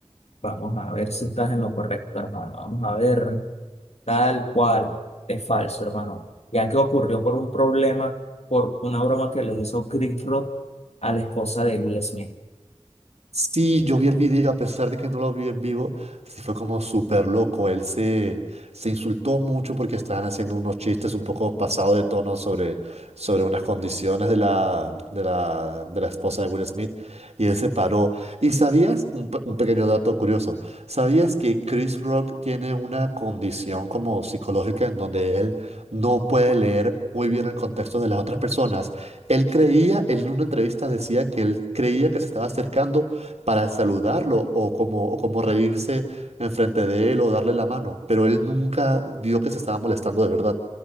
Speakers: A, on the left (about 75°); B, on the right (about 75°).
A: Vamos a ver si estás en lo correcto, hermano. Vamos a ver tal cual es falso, hermano. Ya que ocurrió por un problema, por una broma que le hizo Chris Rock a la esposa de Will Smith.
B: Sí, yo vi el video, a pesar de que no lo vi en vivo, sí fue como súper loco. Él se, se insultó mucho porque estaban haciendo unos chistes un poco pasados de tono sobre, sobre unas condiciones de la, de la, de la esposa de Will Smith y él se paró. ¿Y sabías, un, pe- un pequeño dato curioso, sabías que Chris Rock tiene una condición como psicológica en donde él no puede leer muy bien el contexto de las otras personas? Él creía, él en una entrevista decía que él creía que se estaba acercando para saludarlo o como, o como reírse enfrente de él o darle la mano, pero él nunca vio que se estaba molestando de verdad.